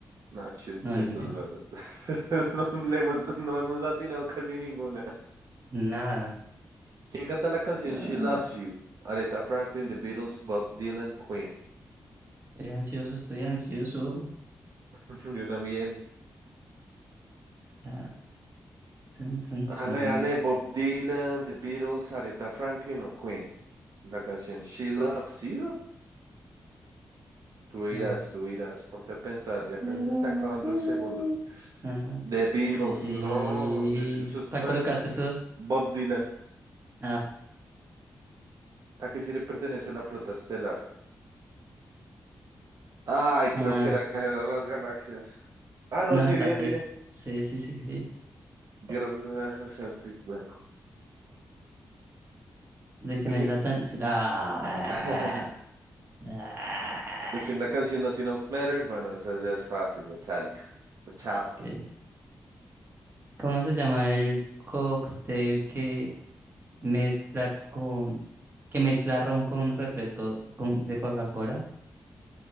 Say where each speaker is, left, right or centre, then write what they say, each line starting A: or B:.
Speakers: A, on the right; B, on the right.
A: No, siento,
B: No,
A: siento
B: ni idea.
A: es verdad. <laughs> No le hemos, no hemos atinado casi ninguna.
B: Nada.
A: ¿Quién canta la canción
B: Ah,
A: She Loves You? Aretha Franklin, The Beatles, Bob Dylan, Queen.
B: estoy ansioso, estoy ansioso.
A: <laughs> Yo también.
B: Ah, tun, tun,
A: Ale,
B: tun.
A: ale, Bob Dylan, The Beatles, Aretha Franklin o Queen. La canción She Loves You. Tú irás,
B: Ah,
A: tú irás, ponte a pensar, ya casi
B: ah, ah, ah,
A: se está acabando
B: ah. ah,
A: el segundo.
B: No, no, no.
A: The Beatles,
B: Eh, Sí.
A: no, yo- esos
B: ¿Cuál
A: manes,
B: colocaste tú?
A: Bob Dylan.
B: Ah,
A: ¿A qué sí le pertenece la flota estelar? Ay, creo
B: ah,
A: que era Guerra de las Galaxias. Ah, no,
B: no,
A: sí,
B: Star
A: bien,
B: Trek.
A: bien.
B: Sí, sí, sí, sí.
A: Guerra de las Galaxias, Star Trek, bueno.
B: De
A: ¿De
B: quién
A: quién?
B: es la tan. Ah,
A: <laughs>
B: ah.
A: ¿De quién la canción Nothing Else Matters? Bueno, esa ya es fácil, Metallica. Metallica.
B: Eh, ¿Cómo se llama el cóctel que mezcla con. que mezcla ron con refresco con... de Coca-Cola?